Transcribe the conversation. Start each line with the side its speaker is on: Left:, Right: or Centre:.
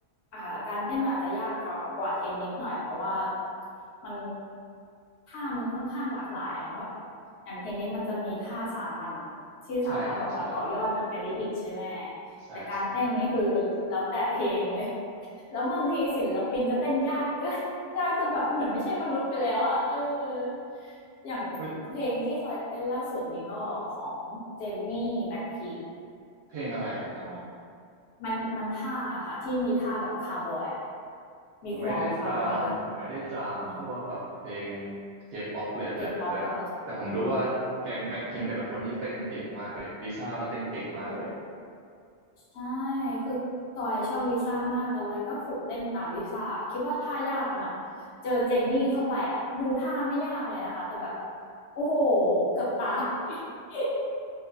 Left: อ่าการเต้นมันอาจจะยากกว่ากว่าเทนนิสหน่อยเพราะว่ามันท่ามันค่อนข้างหลากหลายเนาะแบบอย่างเทนนิสมันจะมีท่าสามัญที่สามารถแบบว่าต่อยอดกันไปได้อีกใช่ไหม
Right: ใช่ครับใช่ใช่ใช่
Left: แต่การเต้นนี่คือแล้วแต่เพลงเลย <laughs> แล้วบางทีศิลปินก็เต้นยากเกิน <laughs> ยากจนแบบเหมือนไม่ใช่มนุษย์ไปแล้วอะเอออย่างเพลงที่จอยเต้นล่าสุดนี้ก็ของเจนนี่แบ็คพิง
Right: เฮ้ยเพลงอะไรอะครับผม
Left: อะไรนะมันมันท่าค่ะที่มีท่าแบบคาร์บอยอะมีควงคาร์บอยแล้วก็
Right: ผมไม่ได้ตามผมไม่ได้จามพวกแบบเพลง
Left: อ๋อ
Right: เคป๊อปเลยแต่แต่แต่ผมรู้ว่าแก๊งแบ็คพิงแต่ละคนนี้เต้นเก่งมากเลยลิซ่าก็เต้นเก่งมากเลย
Left: เคป๊อปเธอโอ้โหใช่ คือจอยชอบลิซ่ามากตอนแรกก็ฝึกเต้นตามลิซ่าคิดว่าท่ายากแล้วนะ เจอเจนนี่เข้าไปอ่ะดูท่าไม่ยากเลยนะคะแต่แบบโอ้โหเกือบตาย <laughs>